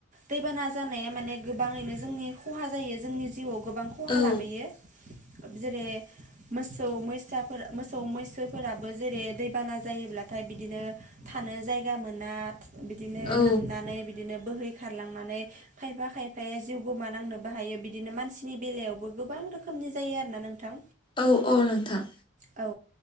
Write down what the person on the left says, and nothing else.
औ
औ
औ औ नोंथां।